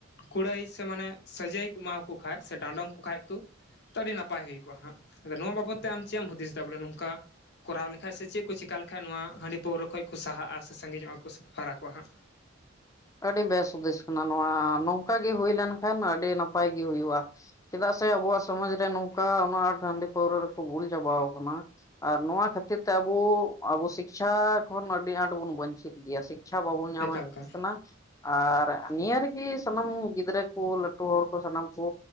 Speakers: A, on the left (about 55°); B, on the left (about 15°).
A: ᱠᱩᱲᱟᱹᱭ ᱢᱟᱱᱮ ᱥᱟᱡᱟᱹᱭ ᱠᱚ ᱮᱢᱟᱣᱟᱠᱚ ᱠᱷᱟᱡ ᱥᱮ ᱰᱟᱸᱰᱚᱢ ᱠᱚ ᱠᱷᱟᱱᱡ ᱠᱚ ᱛᱚ ᱟᱹᱰᱤ ᱱᱟᱯᱟᱭ ᱦᱩᱭ ᱠᱚᱜᱼᱟ ᱦᱟᱸᱜ ᱟᱫᱚ ᱱᱚᱣᱟ ᱵᱟᱵᱚᱫ ᱛᱮ ᱟᱢ ᱪᱮᱫ ᱮᱢ ᱦᱩᱫᱤᱥ ᱮᱟ ᱵᱚᱞᱮ ᱱᱚᱝᱠᱟ ᱠᱚᱨᱟᱣ ᱞᱮᱠᱷᱟᱡ ᱥᱮ ᱪᱮᱫ ᱠᱚ ᱪᱤᱠᱟ ᱞᱮᱠᱷᱟᱡ ᱱᱚᱣᱟ ᱦᱟᱺᱰᱤ ᱯᱟᱹᱣᱨᱟᱹ ᱠᱷᱚᱡ ᱠᱚ ᱥᱟᱦᱟᱜᱼᱟ ᱥᱮ ᱥᱟᱺᱜᱤᱧᱚᱜᱼᱟ ᱠᱚ ᱥᱮ ᱯᱷᱟᱨᱟ ᱠᱚᱼᱟ ᱦᱟᱸᱜ
B: ᱟᱹᱰᱤ ᱵᱮᱥ ᱦᱩᱫᱮᱥ ᱠᱟᱱᱟ ᱱᱚᱣᱟ ᱱᱚᱝᱠᱟ ᱜᱮ ᱦᱩᱭ ᱞᱮᱱᱠᱷᱟᱱ ᱟᱹᱰᱤ ᱱᱟᱯᱟᱭ ᱜᱮ ᱦᱩᱭᱩᱜᱼᱟ ᱪᱮᱫᱟᱜ ᱥᱮ ᱟᱵᱚᱣᱟᱜ ᱥᱚᱢᱟᱡᱽ ᱨᱮ ᱱᱚᱝᱠᱟ ᱩᱱᱟᱹᱜ ᱟᱸᱴ ᱦᱟᱺᱰᱤ ᱯᱟᱹᱣᱨᱟᱹ ᱨᱮᱠᱚ ᱵᱷᱩᱞ ᱪᱟᱵᱟᱣ ᱠᱟᱱᱟ ᱟᱨ ᱱᱚᱣᱟ ᱠᱷᱟᱹᱛᱤᱨ ᱛᱮ ᱟᱵᱚ ᱟᱵᱚ ᱥᱤᱠᱷᱟ ᱠᱷᱚᱱ ᱟᱹᱰᱤ ᱟᱸᱴ ᱵᱚᱱ ᱵᱟᱧ ᱪᱤᱛ ᱜᱮᱭᱟ ᱤᱪᱷᱟ ᱵᱟᱵᱚᱱ ᱧᱟᱢᱮᱫ
A: ᱮᱠᱟᱞ ᱮᱠᱟᱞ
B: ᱠᱟᱱᱟ ᱟᱨ ᱱᱤᱭᱟᱹ ᱨᱮᱜᱮ ᱥᱟᱱᱟᱢ ᱜᱤᱫᱽᱨᱟᱹ ᱠᱚ ᱞᱟᱹᱴᱩ ᱦᱚᱲ ᱠᱚ ᱥᱟᱱᱟᱢ ᱠᱚ